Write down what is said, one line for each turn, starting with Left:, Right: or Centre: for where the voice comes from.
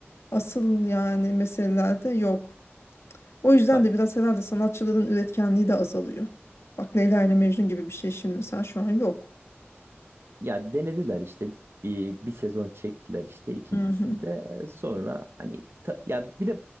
Left: asıl yani meselelerde yok. O yüzden
Right: bak
Left: de biraz herhalde sanatçıların üretkenliği de azalıyor. Bak Leyla ile Mecnun gibi bir şey şimdi mesela şu an yok.
Right: Ya denediler işte bir, bir sezon çektiler işte ikincisinde
Left: Hı hı.
Right: sonra hani ta- ya bir de